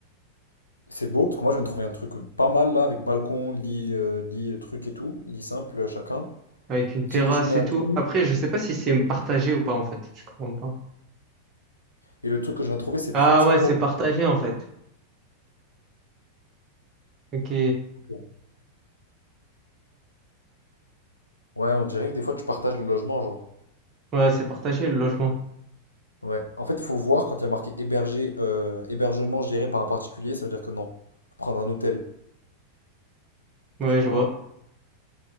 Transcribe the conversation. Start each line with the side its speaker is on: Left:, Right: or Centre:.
Left: C'est beau, parce que moi, je viens de trouver un truc pas mal là, avec balcon, lit, euh, lit, euh, truc et tout. Lit simple, euh, chacun.
Right: Avec une terrasse
Left: Petit déjeuner inclus.
Right: et tout. Après, je sais pas si c'est partagé ou pas, en fait. Je comprends pas.
Left: Et le truc que je viens de trouver, c'est
Right: Ah
Left: 35
Right: ouais, c'est
Left: euros.
Right: partagé, en fait. Ok.
Left: Ok. Ouais, on dirait que des fois tu partages le logement, genre.
Right: Ouais, c'est partagé le logement.
Left: Ouais. En fait, il faut voir quand il y a marqué hébergé, euh, hébergement géré par un particulier, ça veut dire que non. Faut prendre un hôtel,
Right: Ouais,
Left: tu
Right: je
Left: vois.
Right: vois.